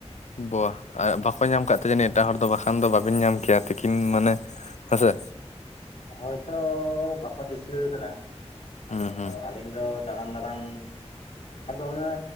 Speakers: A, on the left; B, on the left.
A: ᱵᱟᱦ ᱟ... ᱵᱟᱠᱚ ᱧᱟᱢ ᱟᱠᱟᱜ ᱛᱮ ᱡᱟᱹᱱᱤᱡ ᱮᱴᱟᱜ ᱦᱚᱲ ᱫᱚ ᱵᱟᱠᱷᱟᱱ ᱫᱚ ᱵᱟᱵᱤᱱ ᱧᱟᱢ ᱠᱮᱭᱟ ᱛᱤᱠᱤᱱ ᱢᱟᱱᱮ ᱦᱮᱸ ᱥᱮ
B: ᱦᱳᱭᱛᱚ ᱵᱟᱠᱚ ᱫᱤᱥᱟᱹ ᱟᱠᱟᱫᱟ
A: ᱦᱩᱸ
B: ᱟᱫᱚ
A: ᱦᱩᱸ
B: ᱟᱹᱞᱤᱧ ᱫᱚ ᱫᱟᱲᱟᱱ ᱫᱟᱲᱟᱱ ᱟᱫᱚ ᱚᱱᱟ